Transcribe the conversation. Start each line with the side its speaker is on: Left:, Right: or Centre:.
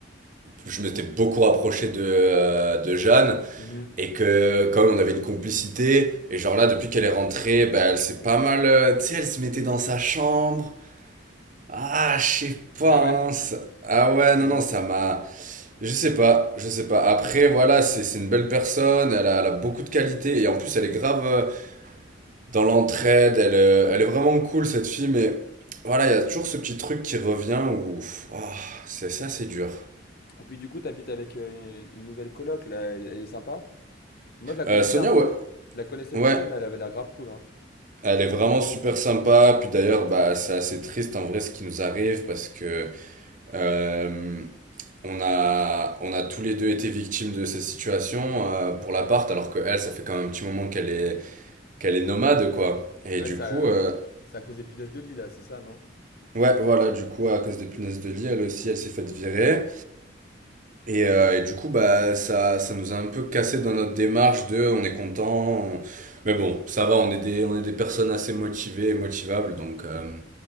Right: Je m'étais beaucoup rapproché de, euh, de Jeanne
Left: Mhm.
Right: et que quand même on avait une complicité. Et genre là, depuis qu'elle est rentrée, bah, elle s'est pas mal... euh, tu sais, elle se mettait dans sa chambre. Ah, je sais pas,
Left: Ah ouais?
Right: hein, ça- Ah ouais, non,
Left: <laughs>
Right: non, ça m'a... Je sais pas, je sais pas. Après, voilà, c'est c'est une belle personne, elle a, elle a beaucoup de qualités, et en plus, elle est grave euh, dans l'entraide, elle, euh, elle est vraiment cool, cette fille, mais voilà, il y a toujours ce petit truc qui revient où... pff, ah, c'est ça, c'est dur.
Left: Et puis, du coup, t'habites avec euh, une nouvelle coloc, là, elle elle est sympa? Moi, je la connaissais
Right: Euh, Sonia,
Left: un peu.
Right: ouais,
Left: Je la connaissais
Right: ouais,
Left: vite fait, mais elle avait l'air grave cool, hein.
Right: elle est vraiment super sympa, puis d'ailleurs, bah, c'est assez triste en vrai ce qui nous arrive, parce que... Euh, on a, on a tous les deux été victimes de cette situation euh, pour l'appart, alors que elle, ça fait quand même un petit moment qu'elle est, qu'elle est nomade, quoi. Et
Left: Ouais,
Right: du
Left: ça,
Right: coup, euh,
Left: ça a causé punaise de lit, là, c'est ça, non?
Right: ouais, voilà, du coup, à cause des punaises de lit, elle aussi, elle s'est faite virer. Et, euh, et du coup, bah, ça, ça nous a un peu cassé dans notre démarche de on est content. on- Mais bon, ça va, on est des, on est des personnes assez motivées et motivables, donc, euh,